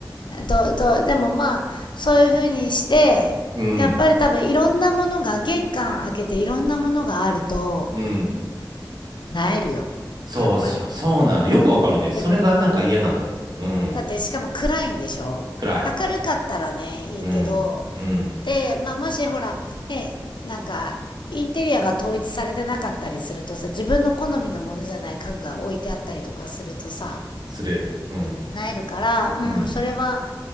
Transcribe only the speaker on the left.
ど、ど、でもまあ、そういう風にして、
やっぱり多分いろんなものが、
玄関開けていろんなものがあると、
なえるよ。
やっぱり。
で、
だってしかも暗いんでしょ明るかったらね、
いいけど、
で、まあ、もしほら、ね、なんか、インテリアが統一されてなかったりするとさ、自分の好みのものじゃない家具が置いてあったりとかするとさ、
なえるから、うん、
それは、